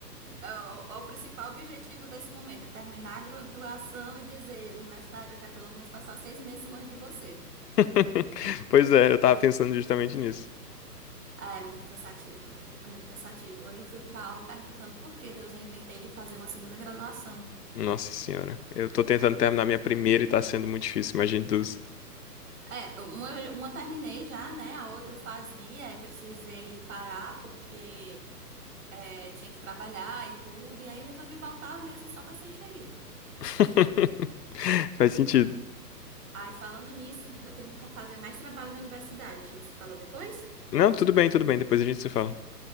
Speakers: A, on the right; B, on the left.
A: É o, é o principal objetivo desse momento é terminar a graduação e dizer, universidade, eu quero pelo menos passar seis meses longe de você.
B: <laughs> Pois é, eu tava pensando justamente nisso.
A: É é muito cansativo, é muito cansativo. Hoje eu fui pra aula perguntando por que Deus eu inventei de fazer uma segunda graduação.
B: Nossa senhora, eu tô tentando terminar minha primeira e tá sendo muito difícil, imagine duas.
A: É, uma, uma eu terminei já, né? A outra eu fazia e precisei parar porque é, tinha que trabalhar e tudo. E aí resolvi voltar mesmo só para ser enxerida.
B: <laughs> Faz sentido.
A: Ai, falando nisso, eu tenho que fazer mais trabalho da universidade. A gente se fala depois?
B: Não, tudo bem, tudo bem, depois a gente se fala.